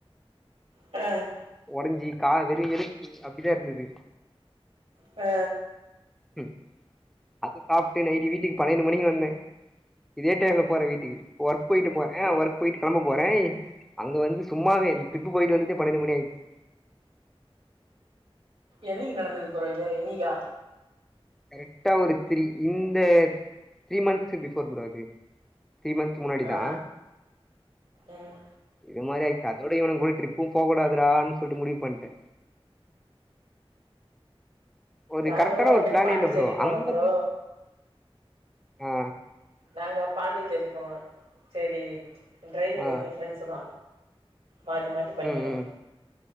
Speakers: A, on the right; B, in the centre.
A: அ
B: ஒடஞ்சி கா வெரு எழும்பு பீஸ் அப்டிதா இருந்தது
A: அ
B: ம் அத சாப்ட்டு நைட்டு வீட்டுக்கு பன்னெண்டு மணிக்கு வந்தே இதே டைம்ல போறே வீட்டுக்கு ஒர்க் போயிட்டு போறே ஒர்க் போயிட்டு கெளம்ப போறே அங்க வந்து சும்மாவே டிரிப்பு போயிட்டு வந்துட்டே பன்னெண்டு மணி ஆயிச்சு
A: என்னைக்கு நடந்தது ப்ரோ இது இன்னைக்கா
B: கரெக்டா ஒரு த்ரீ இந்த த்ரீ மந்த்ஸ் பிஃபோர் ப்ரோ இது த்ரீ மந்த் த் முன்னாடிதா
A: ஆ ம்
B: இதுமாரி ஆய்ச்சு அதோட இவனுங்கூட ட்ரிப்பு போகூடாதுடான் சொல்ட்டு முடிவு பண்ட்டே ஒரு
A: நாங்கள்
B: கரெக்டான
A: கூட
B: ஒரு
A: டைம்
B: பிளானே
A: பாண்டிச்சேரி
B: இல்ல ப்ரோ
A: போனோம்
B: அங்க
A: ப்ரோ
B: ப ஆ
A: நாங்க பாண்டிச்சேரி போனோ சேரி டிரைவிங்
B: ஆ
A: வந்து எ ஃப்ரெண்ட்ஸுதா மாத்தி மாத்தி பண்ணிக்கணு
B: ம் ம்